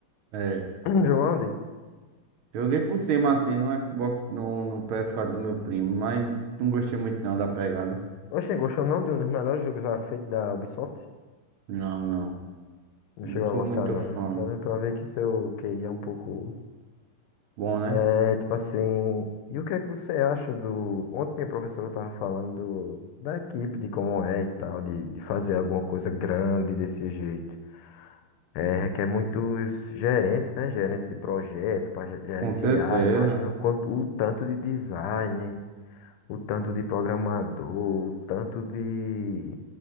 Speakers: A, on the right; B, on the left.
A: É.
B: <clears throat> Jogou onde?
A: Joguei por cima, assim, no Xbox, no, no ps quatro do meu primo, mas não gostei muito, não, da pegada.
B: Oxe, gostou não de um dos melhores jogos já feitos da Ubisoft?
A: Não, não.
B: Não
A: Não
B: chegou
A: sou
B: a gostar,
A: muito
B: não.
A: fã.
B: Já deu pra ver que seu QI é um pouco.
A: Bom, né?
B: É, tipo assim. E o que é que você acha do. Ontem minha professora tava falando do... da equipe, de como é e tal, de... de fazer alguma coisa grande desse jeito. É, requer muitos gerentes, né? Gerentes de projeto para gerenciar.
A: Com certeza.
B: Imagina o quanto... o tanto de design, o tanto de programador, o tanto de.